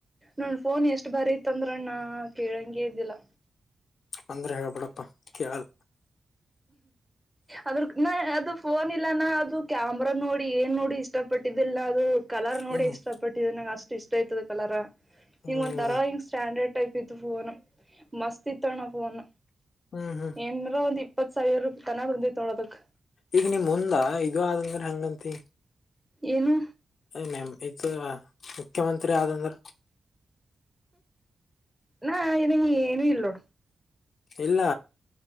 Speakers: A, in the centre; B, on the left.
A: ನೋ ಫೋನ್ ಎಷ್ಟ್ ಬಾರಿ ಇತ್ತಂದ್ರಣ ಕೇಳಂಂಗಗೆ ಇದಿಲ್ಲ
B: ಅಂದ್ರೆ ಹೇಳ್ಬಿಡಪ್ಪಾ ಕೇಳಲ್ಲ
A: ಅದ್ರ ನ ಅದು ಫೋನ್ ಇಲ್ಲಾನ ಅದು ಕ್ಯಾಮ್ರಾ ನೋಡಿ ಏನ್ ನೋಡಿ ಇಷ್ಟಪಟ್ಟಿದ್ದ ಿಲ್ಲ ಅದು ಕಲರ್ ನೋಡಿ
B: ಹ್ಮ್
A: ಇಷ್ಟ ಪಟ್ಟಿದೆ ನಂಗೆ ಅಷ್ಟು ಇಷ್ಟ ಆಯತದೆ ಕಲರ್ ಹಿಂಗ
B: ಹ್ಮ್
A: ಒಂದ ತರಾ ಹಿಂಗ್ ಸ್ಟ್ಯಾಂಡರ್ಡ್ ಟೈಪ್ ಇತ್ತು ಫೋನ್ ಮಸ್ತ್ ಇತ್ತ ಅಣ್ಣ ಫೋನ್
B: ಹ್ಮ್ ಹ್ಮ್
A: ಏನರ ಒಂದ್ ಇಪ್ಪತ್ ಸಾವಿರ ರಪಿ ಕನ ಬಂದೈತ್ ನೋಡೋದಕ್
B: ಈಗ ನಿಮ ಮುಂದ ಇದು ಆದಂಗ್ರ ಹಂಗಂತಿ
A: ಏನು
B: ಮಮ ಇದು ಮುಖ್ಯಮಂತ್ರಿ ಆದಂದ್ರ
A: ನಾ ಇದಗೆ ಏನೂ ಇಲ್ಲೋ
B: ಇಲ್ಲ